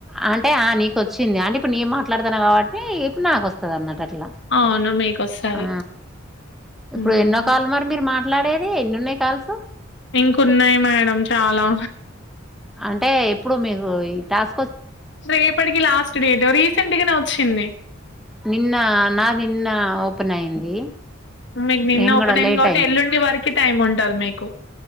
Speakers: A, in the centre; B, on the left (about 60°).
A: అంటే ఆ నీకు వచ్చింది అంటే ఇప్పుడు నే మాట్లాడుతాను కాబట్టి ఇప్పుడు నాకు వస్తా అన్నట్ అట్లా
B: అవును మీకు వస్తది
A: ఆ ఇప్పుడు
B: ఉమ్.
A: ఎన్నో కాల్ మరి మీరు మాట్ మాట్లాడేది ఎన్ని ఉన్నాయి కాల్స్
B: ఇంకన్నాయి మేడం చాలా
A: అంటే ఇప్పుడు మీకు ఈ టాస్
B: రేపటికి లాస్ట్ డేట్ రీసెంట్గానే వచ్ చ్చింది
A: నిన్న నా నిన్న ఓపెన్ అయింది
B: మీది నిన్న
A: నేను
B: ఓపెన్
A: కూడా
B: అయింది
A: లేట్
B: కాబట్టి ఎలుండి వరకి టైం ఉంటది మీకు